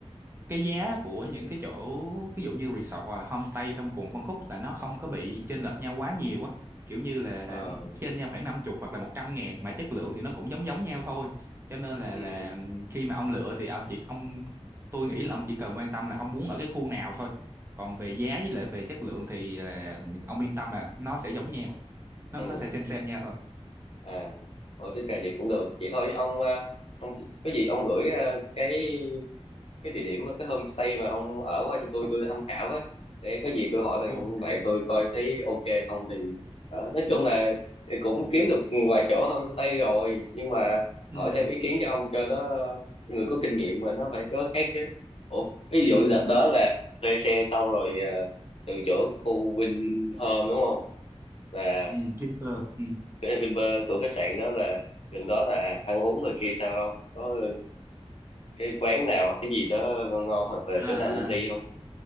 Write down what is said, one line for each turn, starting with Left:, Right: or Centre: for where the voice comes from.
Right: cái giá của những cái chỗ ví dụ như resort hoặc là homestay trong cùng phân khúc là nó không có bị chênh lệch nhau quá nhiều á kiểu như là
Left: ờ,
Right: trên nhau khoảng năm chục hoặc là 100 ngàn mà chất lượng thì nó cũng giống giống nhau thôi cho nên là
Left: ừ
Right: là khi mà ông lựa thì ông chỉ ông tôi nghĩ là ông chỉ cần quan tâm là ông muốn ở cái khu nào thôi còn về giá với lại về chất lượng thì là ông yên tâm là nó sẽ giống nhau nó
Left: ừ
Right: nó sẽ xem xem nhau thôi
Left: à ủa tính ra vậy cũng được vậy thôi ông à, ông có gì ông gửi à, cái cái địa điểm cái homestay mà ông ở qua cho tôi tôi tham khảo với để có gì tôi hỏi bạn
Right: Ok.
Left: bạn tôi coi thấy ok không thì đó. nói chung là thì cũng kiếm được vài chỗ homestay rồi nhưng mà
Right: ừ
Left: hỏi thêm ý kiến cho ông cho nó người có kinh nghiệm mà nó phải có cái chứ Ủa, ví
Right: ừ
Left: dụ đợt đó là thuê xe xong rồi ờ, từ chỗ khu Vinhome đúng không là
Right: ừ Vinpearl ừ
Left: cái Vinpearl của khách sạn đó là gần đó là ăn uống rồi kia sao không có cái quán nào hoặc cái gì đó ngon ngon hoặc là
Right: à
Left: chỗ nào nên đi không